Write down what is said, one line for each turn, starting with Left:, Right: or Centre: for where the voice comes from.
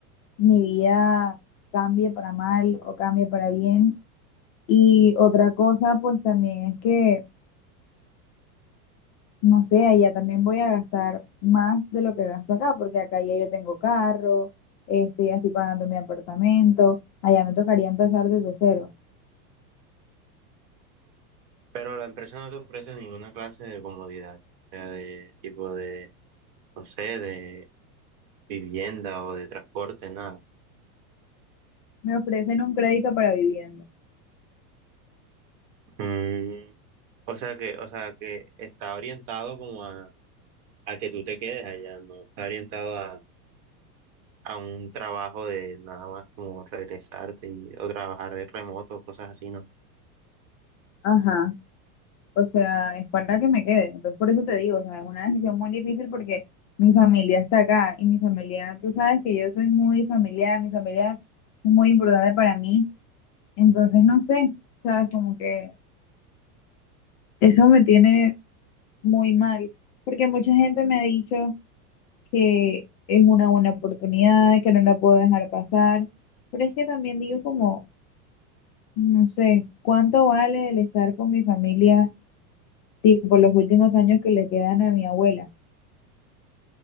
Left: mi vida cambie para mal o cambie para bien. Y otra cosa, pues también es que, no sé, allá también voy a gastar más de lo que gasto acá, porque acá ya yo tengo carro, este, ya estoy pagando mi apartamento, allá me tocaría empezar desde cero.
Right: Pero la empresa no te ofrece ninguna clase de comodidad, o sea, de tipo de, no sé, de vivienda o de transporte, nada.
Left: Me ofrecen un crédito para vivienda.
Right: Mm, O sea que, o sea que está orientado como a, a que tú te quedes allá, ¿no? Está orientado a, a un trabajo de nada más como regresarte y, o trabajar de remoto, cosas así, ¿no?
Left: Ajá. O sea, es para que me quede. Entonces, por eso te digo, o sea, es una decisión muy difícil porque mi familia está acá y mi familia, tú sabes que yo soy muy familiar, mi familia es muy importante para mí. Entonces, no sé, ¿sabes? Como que eso me tiene muy mal, porque mucha gente me ha dicho que es una buena oportunidad, que no la puedo dejar pasar, pero es que también digo como, no sé, ¿cuánto vale el estar con mi familia, tipo los últimos años que le quedan a mi abuela?